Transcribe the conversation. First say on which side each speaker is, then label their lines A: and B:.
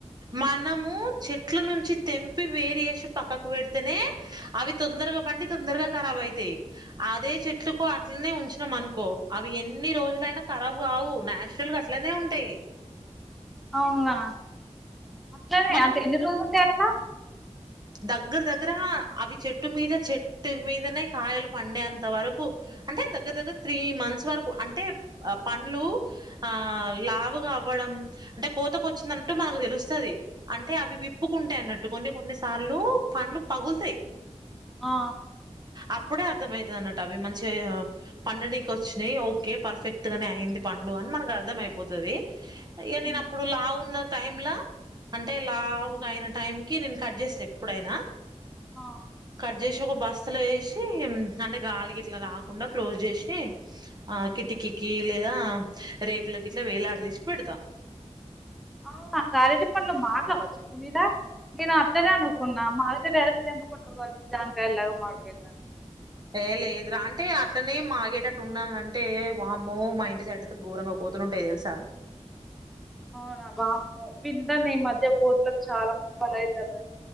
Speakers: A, on the right; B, in the centre.
A: మనము చెట్ల నుంచి తెంపి వేరి చేసి పక్కకు పెడితేనే అవి తొందరగా బండి తొందరగా ఖరాబ అయితాయి అదే చెట్లుకో అట్లనే ఉంచినం అనుకో అవి ఎన్ని రోజులైనా ఖరాబు కావు నాచురల్ గా అట్లనే ఉంటాయి
B: అవునా అట్లానే
A: మనం
B: అంత ఎన్ని రోజులుంటయి అట్లా
A: దగ్గర దగ్గర అవి చెట్టు మీద చెట్టు మీదనే కాయలు పండేంత వరకు అంటే దగ్గర దగ్గర త్రీ మంత్స్ వరకు అంటే పండ్లు ఆ లావుగా అవ్వడం అంటే కోతకు వచ్చిందట్టు మనకు తెలుస్తుంది అంటే అవి విప్పుకుంటేయి అన్నట్టు కొన్ని కొన్ని తలు పండ్లు పగులుతాయి
B: ఆ
A: అప్పుడే అర్థ అయితుది అన్నట్ అవి మంచిగా పండుకి వచ్చినాయి ఓకే పర్ఫెక్ట్ గానే అయింది పండు అని మనకు అర్థ అయిపోతుది ఇగ నేను
B: ఉమ్
A: అప్పుడు లా ఉన్న టైంల అంటే లావు అయిన టైం కి నేను కజస్ట్ ఎప్పుడైనా
B: ఆ
A: కట్ చేసి ఒక బస్ అసలు వేసి అంటే గాలికి ఇట్లా రాకుండా క్లోజ్ చేసి ఆ కిటికీకి లేదా రేకులకి ఇట్లా వేలాడ తీసి పెడతా
B: అవు నా కాలేటి పండ్లు మా కావచ్చు ఇప్పు మీద నేను అట్లనే అనుకున్నా మావితో వరసి ఎంపుకుంటారు కావచ్చు జామ్కయలలాగా మాడికాయలాగా
A: ఏ లేదురా అంటే అట్లనే మాగేటట్టు ఉండాల అంటే వామ్మో మా ఇంటి సైడ్ అయితే ఘోరంగా కోతులు ఉంటాయి తెలుసా
B: అవునా వామ్మో విందం ఈ మధ్య కోతులకు చాలా మంది పొల అవుతారుండి